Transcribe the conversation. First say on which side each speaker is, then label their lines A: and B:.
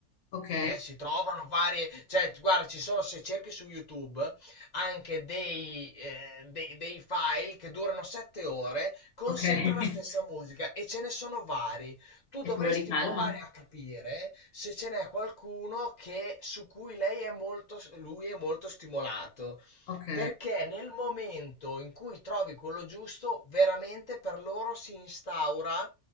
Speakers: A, on the left; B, on the left.
A: Ok.
B: eh, si trovano varie, cioè, guarda, ci sono, se cerchi su YouTube, anche dei, eh, dei dei file che durano sette ore con
A: Ok.
B: sempre la stessa
A: <laughs>
B: musica e ce ne sono vari tu
A: E
B: dovresti
A: te lo ricalma?
B: provare a capire se ce n'è qualcuno che, su cui lei è molto, lui è molto stimolato.
A: Ok.
B: Perché nel momento in cui trovi quello giusto, veramente per loro si instaura